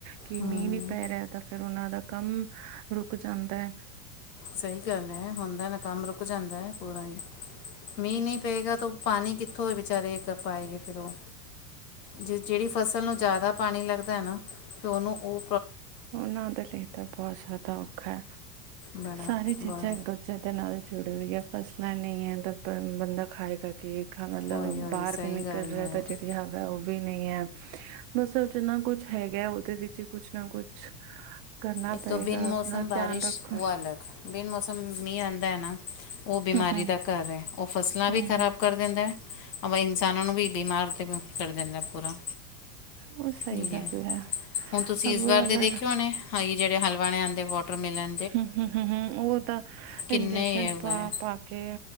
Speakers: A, on the right; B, on the left.
A: ਕਿ
B: ਹੂੰ
A: ਮੀਂਹ ਨੀ ਪੈ ਰੇਆ ਤਾਂ, ਫੇਰ ਉਨਾਂ ਦਾ ਕੰਮ ਰੁਕ ਜਾਂਦੈ।
B: ਸਈ ਗੱਲ ਐ ਹੁੰਦਾ ਨਾ ਕੰਮ ਰੁਕ ਜਾਂਦੈ, ਪੂਰਾ ਈ। ਮੀਂਹ ਨਈਂ ਪਏਗਾ ਤਾਂ ਓ ਪਾਣੀ ਕਿੱਥੋਂ ਹੋ ਬੇਚਾਰੇ ਪਾਏਗੇ, ਫੇਰ ਓਹ ਜੇ ਜੇੜੀ ਫਸਲ ਨੂੰ ਜਾਦਾ ਪਾਣੀ ਲੱਗਦੈ ਨਾ, ਤੇ ਓਹਨੂੰ ਓ
A: ਓਨਾਂ ਦੇ ਲਈ ਤਾਂ ਬਹੋਂਤ ਜ਼ਾਦਾ ਔਖੈ,
B: ਬੜਾ
A: ਸਾਰੀ
B: ਬ
A: ਚੀਜ਼ਾਂ ਦੇ ਨਾਲ ਜੁੜੇ ਹੋਈਐ। ਫਸਲਾਂ ਨੀ ਐ ਤਾਂ ਬ ਬੰਦਾ ਖਾਏਗਾ ਕੀ? ਹਾਂ ਮਤਲਬ
B: ਉਹੀ ਉਹੀ
A: ਬਾਰ
B: ਸਹੀ
A: ਵੀ ਨਿਕਲ
B: ਗੱਲ
A: ਰੇਆ
B: ਹੈ
A: ਤਾਂ ਜੇੜੀਆ ਓਵੀ ਨਈ ਐ। ਬਸ ਜਿੰਨਾ ਕੁਛ ਹੈਗਾ ਐ ਓਦੇ ਵਿੱਚ ਕੁਛ ਨਾ ਕੁਛ ਕਰਨਾ
B: ਇੱਕ
A: ਪਏਗਾ।
B: ਤੋਂ ਬਿਨ ਮੌਸਮ
A: ਅਪਨਾ
B: ਬਾਰਿਸ਼
A: ਧੇਆਨ ਰੱਖੋ।
B: ਉਹ ਅਲੱਗ ਬਿਨ ਮੌਸਮ ਮੀਂ ਆਂਦਾ ਐ ਨਾ ਓ ਬਿਮਾਰੀ
A: ਹਮ ਹਮ
B: ਦਾ ਘਰ ਐ, ਓ ਫਸਲਾਂ
A: ਹਮ
B: ਵੀ ਖਰਾਬ
A: ਹਮ
B: ਕਰ ਦੇਂਦਾ ਐ। ਓਵੇਂ ਇਨਸਾਨਾਂ ਨੂੰ ਵੀ ਬਿਮਾਰ ਤੇ ਕਰ ਦੇਂਦਾ ਪੂਰਾ।
A: ਉਹ ਸਹੀ
B: ਠੀਕ ਏ।
A: ਗੱਲ ਹੈ
B: ਹੁਨ ਤੁਸੀ
A: ਅਬ
B: ਇਸ ਵਾਰ ਦੇ
A: ਅਲਰ
B: ਦੇਖੇ ਹੋਣੇ। ਹਾਂ ਏ ਜੇੜੇ ਹਲਵਾਣੇ ਆਂਦੇ ਵੋਟਰ ਮੇਲਨ।
A: ਹੂਂ ਹੂਂ ਹੂੰ ਹੂੰ, ਓ ਤਾਂ
B: ਕਿੰਨੇ
A: ਇੰਜੈਕਸ਼ਨ
B: ਇਹ ਹੋਏ
A: ਪਾ ਪਾ ਕੇ